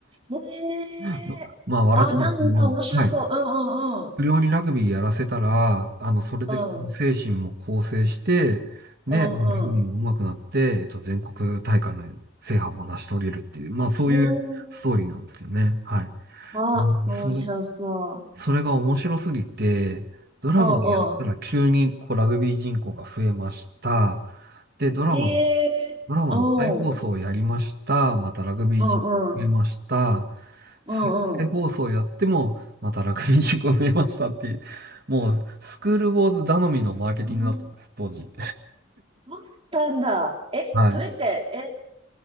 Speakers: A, on the right; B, on the right.
A: へえー。
B: <laughs> あのまあ、笑っちゃうんですけども、
A: あ、なんか面白そう。
B: はい。
A: うんうんうん。
B: 不良にラグビーやらせたら、あの、それで精神も構成して、
A: うん
B: ね、
A: うんうん。
B: ラグビーも上手くなって、えっと、全国大会の制覇も成し遂げるっていう、まあそういうストーリーなんですよね。
A: へえ。
B: はい。
A: あ、
B: うんそれ、
A: 面白そう。
B: それが面白すぎて、ドラマでやったら急にこうラグビー人口が増えました。
A: うんう
B: で、ドラマの
A: ん。へえ。
B: ドラマの再放送をやりました。
A: うん。
B: またラグビー人口増えました。
A: うんうん。うんうん。
B: 再再放送やっても、またラグビー人口増えましたっていう、もうスクールウォーズ頼みのマーケティングだったんです、
A: ね
B: 当時。
A: あったんだ。え、
B: はい。
A: それって、え、